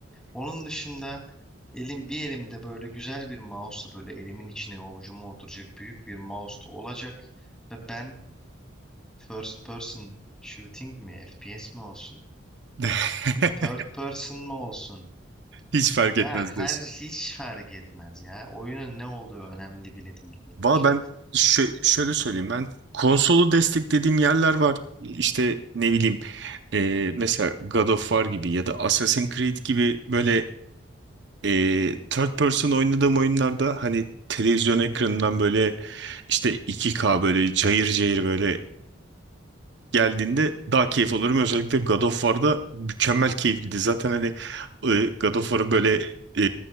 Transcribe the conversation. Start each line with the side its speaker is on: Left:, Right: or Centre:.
Centre: Onun dışında elim bir elimde böyle güzel bir mouse'la böyle elimin içine avucuma oturacak büyük bir mouse da olacak ve ben First person shooting mi? FPS mi olsun?
Right: <laughs>
Centre: Third person mı olsun?
Right: Hiç fark etmez
Centre: Ya
Right: diyorsun.
Centre: her hiç fark etmez ya. Oyunun ne olduğu önemli bile değil benim
Right: Valla
Centre: için.
Right: ben şö- şöyle söyleyeyim ben konsolu desteklediğim yerler var. İşte ne bileyim e, mesela God of War gibi ya da Assassin's Creed gibi böyle e, third person oynadığım oyunlarda hani televizyon ekranından böyle işte 2K böyle cayır cayır böyle geldiğinde daha keyif alırım. Özellikle God of War'da mükemmel keyifliydi. Zaten hani e, God of War'ın böyle e,